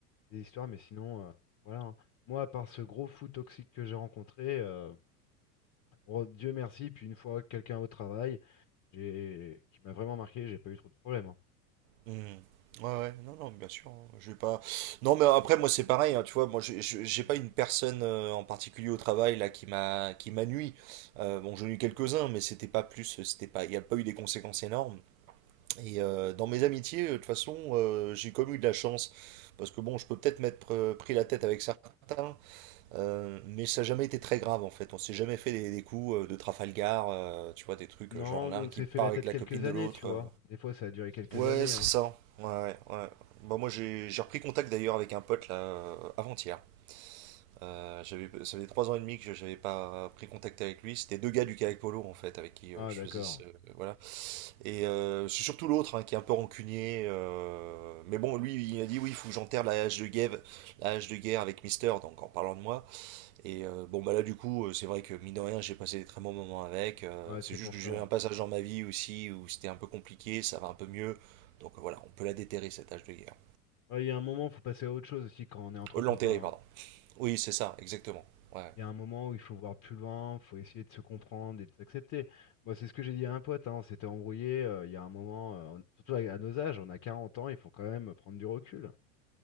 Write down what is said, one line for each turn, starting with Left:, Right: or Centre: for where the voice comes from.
Left: des histoires, mais sinon, euh, voilà. hein. Moi, à part ce gros fou toxique que j'ai rencontré, euh, oh, Dieu merci, puis une fois quelqu'un au travail, j'ai qui m'a vraiment marqué, j'ai pas eu trop de problèmes. hein.
Right: Mhm. Ouais, ouais. Non, non, bien sûr. Je vais pas. Non, mais après, moi, c'est pareil. hein, tu vois, moi, je- je- j'ai pas une personne euh, en particulier au travail là qui m'a qui m'a nui. Euh, bon, j'en ai eu quelques-uns, mais c'était pas plus. C'était pas. Il n'y a pas eu des conséquences énormes. Et euh, dans mes amitiés, euh, de toute façon, euh, j'ai comme eu de la chance. Parce que bon, je peux peut-être m'être euh, pris la tête avec certains, euh, mais ça n'a jamais été très grave en fait. On s'est jamais fait des, des coups euh, de Trafalgar, euh, tu vois, des trucs
Left: Non,
Right: euh, genre l'un
Left: nous on
Right: qui
Left: s'est
Right: part
Left: fait la
Right: avec
Left: tête
Right: la
Left: quelques
Right: copine de
Left: années,
Right: l'autre.
Left: tu vois.
Right: euh.
Left: Des fois, ça a duré quelques
Right: Ouais,
Left: années,
Right: c'est
Left: hein.
Right: ça. Ouais, ouais. ouais. Bah, moi, j'ai j'ai repris contact d'ailleurs avec un pote là euh, avant-hier. Euh, j'avais, ça faisait trois ans et demi que je n'avais pas pris contact avec lui. C'était deux gars du Kayak Polo en fait, avec qui
Left: Ah,
Right: euh, je
Left: d'accord.
Right: faisais ce, voilà. Et euh, c'est surtout l'autre hein, qui est un peu rancunier. euh, mais bon, lui, il a dit oui, il faut que j'enterre la hache de guerre, la hache de guerre avec Mister, donc en parlant de moi. Et euh, bon, bah là, du coup, euh, c'est vrai que mine de rien, j'ai passé des très bons moments avec. euh,
Left: Ouais,
Right: c'est
Left: c'est
Right: juste
Left: pour
Right: que
Left: ça.
Right: j'ai eu un passage dans ma vie aussi où c'était un peu compliqué, ça va un peu mieux. Donc euh, voilà, on peut la déterrer, cette hache de guerre.
Left: Ouais, il y a un moment, faut passer à autre chose aussi quand on est entre
Right: Euh,
Left: copains.
Right: l'enterrer, pardon.
Left: hein.
Right: Oui, c'est ça, exactement. Ouais.
Left: Il y a un moment où il faut voir plus loin, faut essayer de se comprendre et de s'accepter. Moi, c'est ce que j'ai dit à un pote, hein, on s'était embrouillé, euh, il y a un moment, euh, on- surtout à, à nos âges, on a 40 ans, il faut quand même prendre du recul.